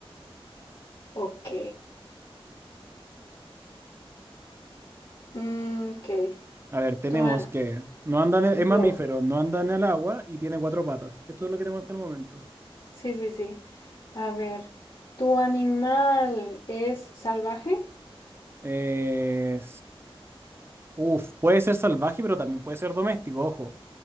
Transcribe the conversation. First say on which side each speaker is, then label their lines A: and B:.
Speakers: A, on the left (about 50°); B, on the right (about 25°).
A: Ok. Mm, ok.
B: A ver, tenemos
A: Tu a-
B: que no anda en el- es
A: do-
B: mamífero, no anda en el agua y tiene cuatro patas. Esto es lo que tenemos hasta el momento.
A: Sí, sí, sí. A ver. ¿Tu animal es salvaje?
B: Eh, uf, puede ser salvaje, pero también puede ser doméstico, ojo.